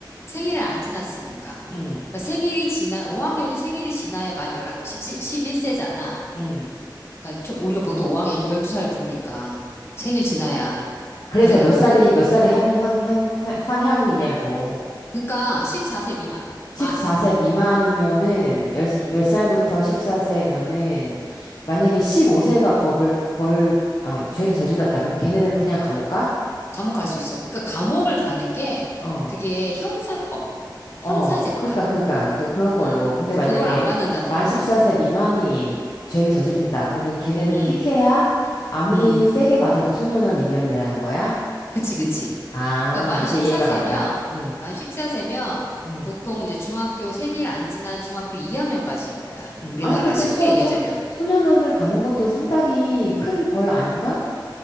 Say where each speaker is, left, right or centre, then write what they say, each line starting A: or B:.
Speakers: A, on the left; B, on the left.
A: 생일을 안 지났으니까.
B: 응
A: 그러니까 생일이 지나, 5학년이 생일이 지나야 만 11, 십일 세잖아
B: 응
A: 그러니까 초- 우리가 보통 5학년 12살 부르니까 생일 지나야
B: 그래서
A: 그렇게 되는
B: 몇
A: 거고.
B: 살이 몇 살이 한, 한, 한, 한- 상향이냐고.
A: 그러니까 14세 미만.
B: 14세
A: 만.
B: 미만이면은 10,
A: 음.
B: 살부터 14세면은 만약에 15세가 법을 벌을 아 죄를 저질렀다. 그럼 걔네들은 그냥 감옥 가?
A: 감옥 갈 수 있어. 그러니까 감옥을 가는 게
B: 어,
A: 그게 형사법,
B: 어,
A: 형사재판.
B: 그러니까, 그러니까, 그, 그런 걸로.
A: 음,
B: 근데 만약에
A: 그걸 안 받는다는,
B: 만 14세
A: 음,
B: 미만이 죄를 저지른다.
A: 음,
B: 그러면 걔네들은
A: 음,
B: 끽해야 아무리
A: 음.
B: 세게 맞아도 소년원 인연이라는 거야?
A: 그치, 그치.
B: 아,
A: 그러니까 만
B: 이제
A: 14세면,
B: 이해가 갔다. 응,
A: 만 십사 세면
B: 응,
A: 보통 이제 중학교 생일 안 지난 중학교 2학년까지인 거야.
B: 응.
A: 우리나라
B: 아니, 근데
A: 쉽게
B: 소,
A: 얘기하자면.
B: 소, 소년원을 가는 것도 상당히 큰 벌
A: 음.
B: 아닌가?